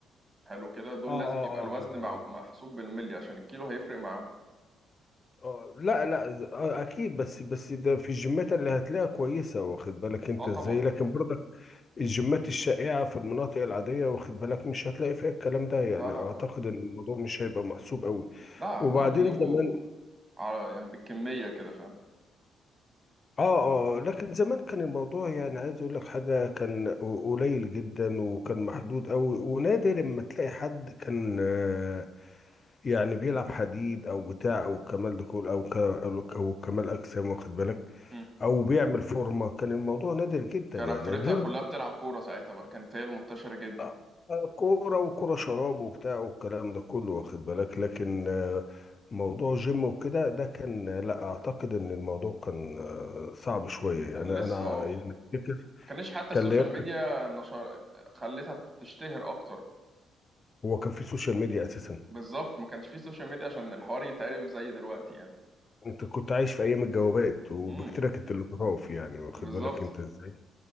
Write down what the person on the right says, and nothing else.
حلو كده دول
لازم يبقى
الوزن
مع- محسوب
بالملي عشان الكيلو هيفرق معاهم
اه طبعا
لا لا
لا
لا
هما بيجيبوا
على يعني بالكمية كده فاهم
مم.
كان
أكتريتها
كلها
بتلعب كورة ساعتها بقى كانت هي المنتشرة جدا
كان
لسه
اه
ما كانش حتى
السوشيال
ميديا نشر خلتها تشتهر أكتر
بالظبط ما كانش فيه سوشيال ميديا عشان الحوار يتعرف زي دلوقتي يعني
امم
بالظبط